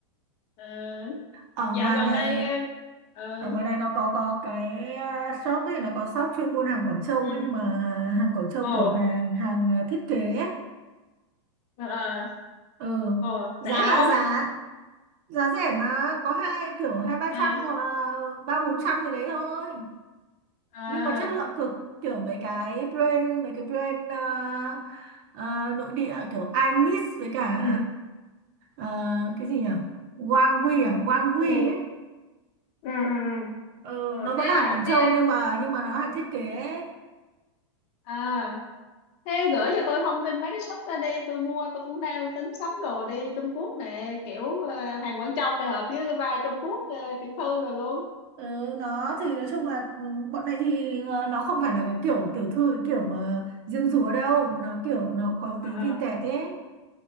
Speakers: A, on the left; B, on the right.
A: Ờ,
B: ở
A: dạo
B: ngoài
A: gần
B: này
A: đây ờ
B: ở ngoài này nó có có cái uh, shop ấy nó có shop chuyên buôn hàng Quảng Châu
A: ừ
B: ấy nhưng mà hàng Quảng Châu
A: ồ
B: kiểu hàng hàng uh, thiết kế ấy.
A: ờ, ờ,
B: ừ
A: ồ
B: giá
A: rẻ không
B: giá giá rẻ mà có hai kiểu hai ba
A: à
B: trăm hoặc là ba bốn trăm gì đấy thôi
A: à
B: nhưng mà chất lượng cực kiểu mấy cái brand mấy cái brand uh, uh, nội địa kiểu iMix với cả
A: ừ
B: uh, cái gì nhỉ Wangwi à Wangwi
A: ừ
B: ấy
A: ừ ừ ừ.
B: ừ,
A: ồ
B: nó vẫn
A: thế
B: là
A: à
B: hàng Quảng Châu
A: thế
B: nhưng mà nhưng mà nó hàng thiết kế ấy.
A: à Thế gửi cho tôi thông tin mấy cái shop ra đi tôi mua tôi cũng đang tính sắm đồ đi Trung Quốc nè kiểu ờ, hàng Quảng Châu tài hợp với vai Trung Quốc ờ, tiểu thư rồi luôn
B: Ừ, nó thì nói chung là ừ, bọn này thì ờ, nó không phải là cái kiểu tiểu thư cái kiểu mà diêm dúa đâu nó kiểu nó có
A: à
B: tí vintage
A: à
B: ấy